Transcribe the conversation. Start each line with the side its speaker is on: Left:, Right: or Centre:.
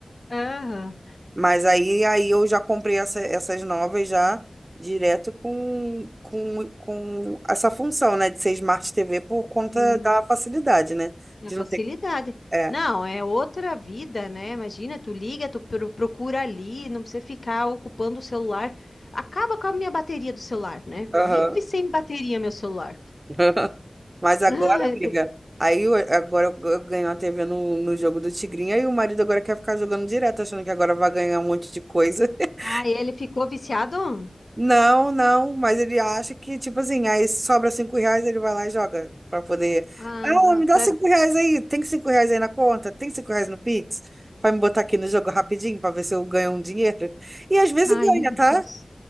Left: Aham.
Right: Mas aí, aí eu já comprei essa- essas novas já direto com, com, com essa função, né? De ser Smart TV por conta
Left: Sim.
Right: da facilidade, né?
Left: É
Right: De
Left: facilidade.
Right: não ter. É.
Left: Não, é outra vida, né? Imagina, tu liga, tu pro- procura ali, não precisa ficar ocupando o celular. Acaba com a minha bateria do celular, né?
Right: Aham.
Left: Vive sem bateria, meu celular.
Right: <laughs> Mas agora,
Left: Ai,
Right: amiga,
Left: por-
Right: aí eu- agora eu eu ganho a TV no, no jogo do Tigrinho, aí o marido agora quer ficar jogando direto, achando que agora vai ganhar um monte de coisa. <laughs>
Left: Ah, ele ficou viciado?
Right: Não, não, mas ele acha que, tipo assim, aí sobra cinco reais, ele vai lá e joga pra poder.
Left: Ah,
Right: Ah, me dá
Left: pra...
Right: cinco reais aí, tem cinco reais aí na conta? Tem cinco reais no Pix? Vai me botar aqui no jogo rapidinho pra ver se eu ganho um dinheiro? E às vezes
Left: Ai,
Right: ganha,
Left: meu
Right: tá?
Left: Deus.